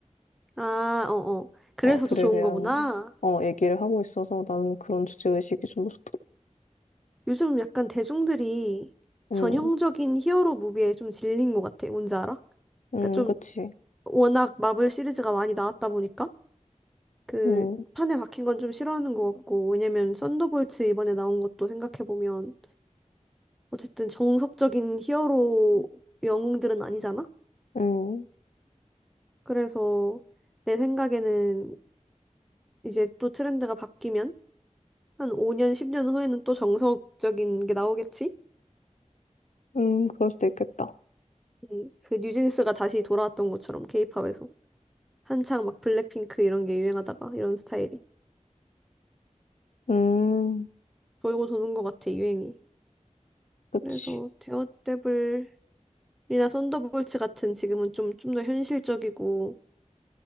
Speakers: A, in the centre; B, on the left (about 70°).
A: 아, 어, 어. 그래서
B: 어, 들에
A: 더 좋은
B: 대한
A: 거구나.
B: 어, 얘기를 하고 있어서 나는 그런 주제의식이 좀 좋더라.
A: 요즘 약간 대중들이
B: 음,
A: 전형적인 히어로 무비에 좀 질린 것 같아. 뭔지 알아?
B: 음,
A: 그러니까 좀
B: 그치.
A: 워낙 마블 시리즈가 많이 나왔다 보니까 그
B: 음,
A: 판에 박힌 건 좀 싫어하는 것 같고 왜냐면 썬더볼츠 이번에 나온 것도 생각해보면 어쨌든 정석적인 히어로 영웅들은 아니잖아?
B: 음,
A: 그래서 내 생각에는 이제 또 트렌드가 바뀌면 한 5년, 10년 후에는 또 정석적인 게 나오겠지?
B: 음, 그럴 수도 있겠다.
A: 음, 그 뉴진스가 다시 돌아왔던 것처럼 케이팝에서. 한창 막 블랙핑크 이런 게 유행하다가 이런 스타일이
B: 음,
A: 돌고 도는 것 같아 유행이.
B: 그치.
A: 그래서 데어데블이나 썬더볼츠 같은 지금은 좀 좀 더 현실적이고